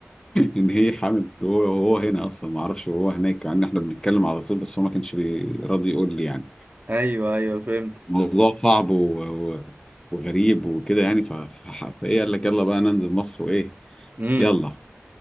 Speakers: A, on the left; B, on the right.
A: ان هي حامل وهو وهو هنا اصلا ما اعرفش وهو هناك يعني احنا بنتكلم على طول بس هو ما كانش بي- راضي يقول لي يعني
B: أيوه أيوه فهمت
A: موضوع صعب و... و... وغريب وكده يعني ف... ف... فايه قال لك يلا بقى ننزل مصر وايه
B: امم
A: يلا